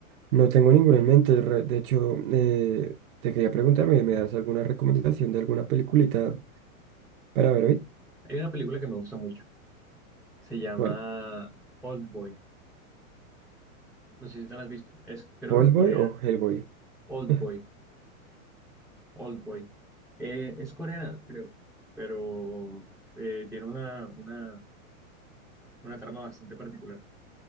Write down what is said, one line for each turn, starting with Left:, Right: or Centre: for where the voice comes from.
Right: no tengo ninguna en mente. Re- De hecho, eh, te quería preguntarme, ¿me das alguna recomendación de alguna peliculita para ver hoy?
Centre: Hay una película que me gusta mucho. Se llama
Right: ¿Cuál?
Centre: Old Boy. No sé si te la has visto. Es, creo
Right: ¿Hellboy
Centre: que es coreana.
Right: o Hellboy?
Centre: Old
Right: <laughs>
Centre: Boy. Oldboy. Eh, es coreana, creo, pero eh, tiene una, una, una trama bastante particular.